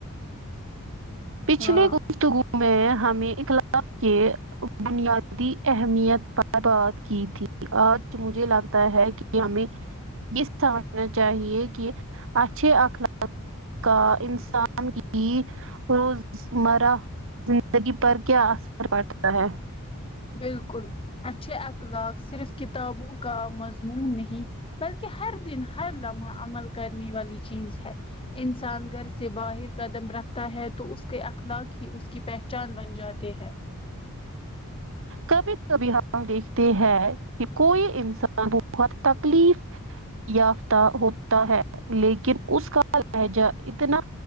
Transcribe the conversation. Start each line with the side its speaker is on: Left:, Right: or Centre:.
Right: پچھلے
Left: ہاں
Right: گفتگو میں ہمیں اخلاق کے بنیادی اہمیت پر بات کی تھی آج مجھے لگتا ہے کہ ہمیں یہ سمجھنا چاہیے کہ اچھے اخلاق کا انسان کی روزمر زندگی پر کیا اثر پڑتا ہے
Left: بالکل اچھے اخلاق صرف کتابوں کا مضمون نہیں بلکہ ہر دن لمحہ عمل کرنے والی چیز ہے انسان گھر سے باہر قدم رکھتا ہے تو اس کے اخلاق ہی اس کی پہچان بن جاتے ہے
Right: کبھی کبھی ہم دیکھتے ہیں کہ کوئی انسان بہت تکلیف یافتہ ہوتا ہے لیکن اس کا لہجہ اتنا